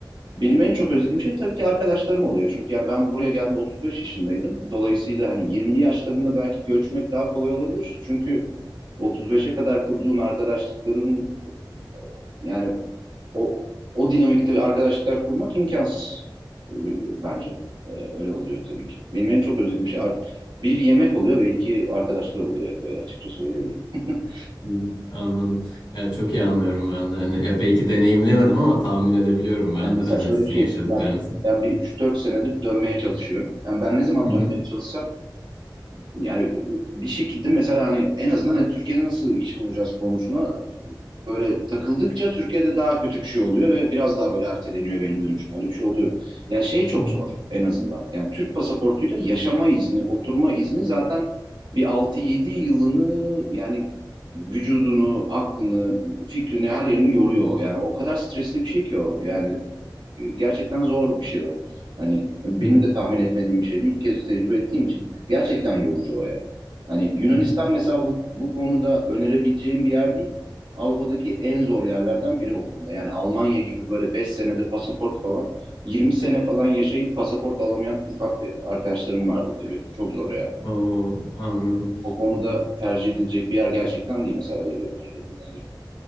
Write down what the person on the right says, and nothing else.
Benim en çok özlediğim şey tabii ki arkadaşlarım oluyor. Çünkü yani ben buraya geldiğimde 35 yaşındaydım. Dolayısıyla hani 20'li yaşlarında belki göçmek daha kolay olabilir. Çünkü 35'e kadar kurduğun arkadaşlıkların yani o o dinamikte bir arkadaşlıklar kurmak imkansız e, bence. E, öyle oluyor tabii ki. Benim en çok özlediğim şey ar- bir yemek oluyor ve iki arkadaşlar oluyor. Evet, böyle açıkça söyleyebilirim. <laughs>
Yani mesela
şöyle
bir şey,
ben ben bir üç dört senedir dönmeye çalışıyorum. Yani ben ne zaman
dönmeye
çalışsam yani bir şekilde mesela hani en azından hani Türkiye'de nasıl iş bulacağız konusuna böyle takıldıkça Türkiye'de daha kötü bir şey oluyor ve biraz daha böyle erteleniyor benim dönüşüm. Öyle bir şey oluyor. Yani şey çok
zor en azından. Yani Türk pasaportuyla yaşama izni, oturma izni zaten bir altı yedi yılını yani vücudunu, aklını, fikrini, her yerini yoruyor. Yani o kadar stresli bir şey ki o. Yani e, gerçekten zor bir şey o. Hani benim
de tahmin etmediğim bir şeydi. İlk kez tecrübe ettiğim için. Gerçekten yorucu o ya. Hani Yunanistan
mesela bu, bu konuda önerebileceğim bir yer değil. Avrupa'daki en zor yerlerden biri o konuda. Yani Almanya gibi böyle 5 senede pasaport falan, 20 sene falan yaşayıp pasaport alamayan Türk arkadaşlarım var burada benim. Çok zor ya.
O konuda tercih edilecek bir yer gerçekten değil. Mesela öyle bir öneride bulunabilirim.